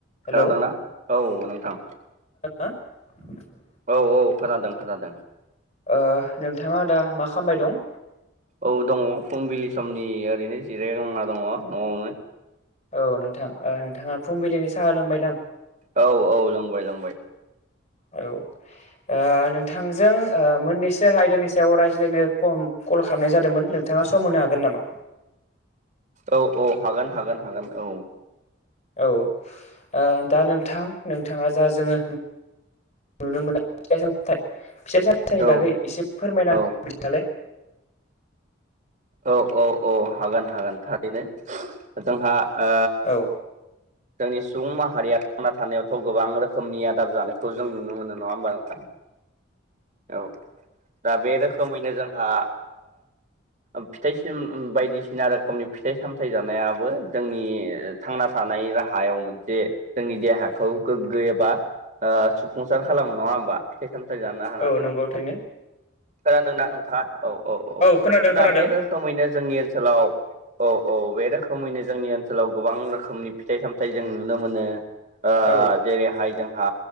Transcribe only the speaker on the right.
खोनादोंना? औ नोंथां।
औ औ खोनादों खोनादों।
औ दङ। फुंबिलि समनि ओरैनो जिरायग्लांना दङ न'आवनो।
औ औ लोंबाय लोंबाय।
औ औ हागोन हागोन हागोन औ।
औ
औ
औ औ औ हागोन हागोन थारैनो जोंहा ओ
जोंनि सुबुं माहारिया थांना थानायावथ' गोबां रोखोमनि आदार जानायखौ जों नुनो मोनो नङा होमबा नोंथां?
औ दा बे रोखोमैनो जोंहा ओ फिथाइ बायदिसिना रोखोमनि फिथाइ सामथाइ जानायाबो जोंनि थांना थानाय राहायाव मोनसे जोंनि देहाखौ गोग्गो एबा ओ सुफुंसार खालामो नङा होमबा? सामथाइ जानो हानानैनो
खोनादोंना नोंथाङा औ औ
दा
बे रोखोमैनो जोंनि ओनसोलाव औ औ बे रोखोमैनो जोंनि ओनसोलाव गोबां रोखोमनि फिथाइ सामथाइ जों नुनो मोनो। ओ
जेरैहाय जोंहा